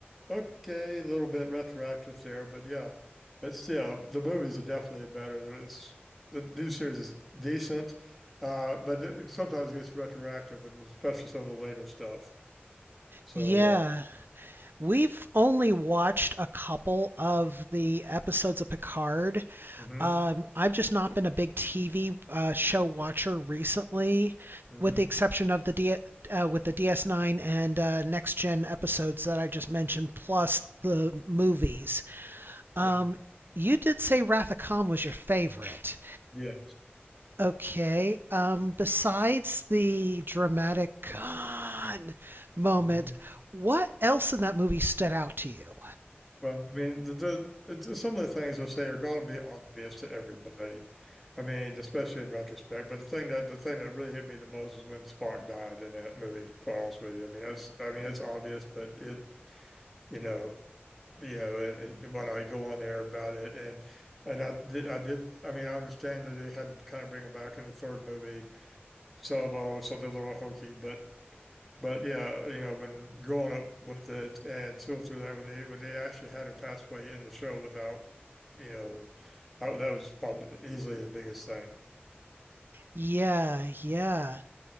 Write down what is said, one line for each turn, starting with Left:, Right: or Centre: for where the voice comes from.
Centre: okay, a little bit retroactive there, but yeah, but still, the movies are definitely better. It's the new series is decent, uh, but it sometimes it gets retroactive, and especially some of the later stuff. So,
Right: Yeah. We've only watched a couple of the episodes of Picard.
Centre: uh, mm-hmm,
Right: Um, I've just not been a big TV uh, show watcher recently,
Centre: mm-hmm,
Right: with the exception of the D- uh, with the DS9 and uh, Next Gen episodes that I just mentioned, plus the movies. Um,
Centre: yeah,
Right: you did say Wrath of Khan was your favorite.
Centre: yeah.
Right: Okay. Um, besides the dramatic <gasps> Khan moment,
Centre: mhm.
Right: what else in that movie stood out to you?
Centre: Well, I mean, the, the, it's- some of the things I say are going to be obvious to everybody. I mean, especially in retrospect. But the thing that the thing that really hit me the most is when Spock died in that movie. Quite honest with you, I mean, that's I mean, it's obvious, but it, you know, you know, and, and when I go on there about it, and and I did, I did, I mean, I understand that they had to kind of bring him back in the third movie, so, well, it's a little hokey, but but yeah, you know, when growing up with it and still through that, when they when they actually had him pass away in the show without, you know, that, that was probably easily the biggest thing.
Right: Yeah, yeah.